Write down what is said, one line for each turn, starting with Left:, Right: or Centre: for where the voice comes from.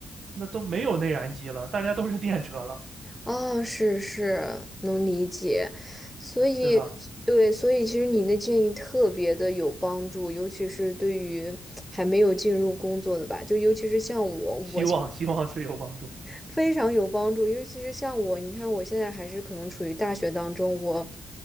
Right: 那都没有内燃机了，大家都是电车了，
Centre: 哦，是是，能理解，所以对，
Right: 对吧？
Centre: 所以其实你的建议特别的有帮助，尤其是对于还没有进入工作的吧，就尤其是像我，
Right: 希望希望是有帮助。
Centre: 我非常有帮助，尤其是像我，你看我现在还是可能处于大学当中，我